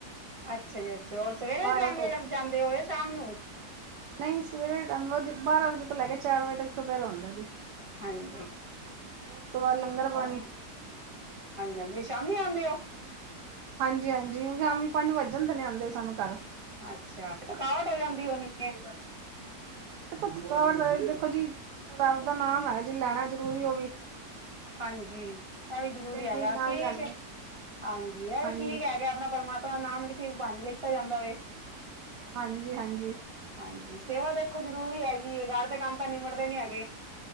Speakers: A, on the right; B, on the right.
A: ਅੱਛਾ ਜੀ। ਅੱਛਾ, ਹੋਰ ਸਵੇਰੇ
B: ਬਾਰਾਂ
A: ਦੇ ਟਾਈਮ
B: ਤੋਂ
A: ਜਾਂਦੇ ਓ ਆ ਸ਼ਾਮ ਨੂੰ?
B: ਨਹੀਂ ਸਵੇਰੇ ਟਾਈਮ, ਬਾਰਾਂ ਵਜੇ ਤੋਂ ਲੈ ਕੇ ਚਾਰ ਵਜੇ ਤੱਕ ਚੁਪਿਹਰਾ ਹੁੰਦਾ ਜੀ।
A: ਹਾਂਜੀ।
B: ਉਸ ਤੋਂ ਬਾਅਦ ਲੰਗਰ ਪਾਣੀ
A: ਓ, ਹਾਂਜੀ- ਹਾਂਜੀ ਨੀ ਸਾ ਨੀ ਆਉਂਦੇ ਓ
B: ਹਾਂਜੀ ਹਾਂਜੀ। ਸ਼ਾਮੀ ਪੰਜ ਵੱਜਣ ਦੇ ਨੇ ਆਉਂਦੇ ਸਾਨੂੰ ਘਰ
A: ਅੱਛਾ। ਫਿਰ ਥਕਾਵਟ ਹੋ ਜਾਂਦੀ ਹੋਣੀ ਐ?
B: ਥਕਾਵਟ ਤਾਂ ਦੇਖੋ ਜੀ। ਰੱਬ ਦਾ ਨਾਮ ਹੈ ਜੀ, ਲੈਣਾ ਜਰੂਰੀ ਉਹ ਵੀ
A: ਹਾਂਜੀ। ਇਹ ਵੀ ਜਰੂਰੀ
B: ਜਿਹੜੀ
A: ਹੈਗਾ,
B: ਚੀਜ਼ ਨਾਲ
A: ਠੀਕ
B: ਜਾਣੀ
A: ਹੈ। ਹਾਂਜੀ। ਇਹ ਵੀ
B: ਹਾਂਜੀ
A: ਠੀਕ ਹੈਗਾ। ਆਪਣਾ ਪਰਮਾਤਮਾ ਦਾ ਨਾਮ ਕਿਸੀ ਬਾਹਨੇ ਲਿੱਤਾ ਜਾਂਦਾ ਵੇ।
B: ਹਾਂਜੀ ਹਾਂਜੀ।
A: ਹਾਂਜੀ। ਸੇਵਾ ਦੇਖੋ ਜਰੂਰੀ ਹੈਗੀ ਐਂ, ਘਰ ਦੇ ਕੰਮ ਤਾਂ ਨਿਬੜਦੇ ਨੀ ਹੈਗੇ।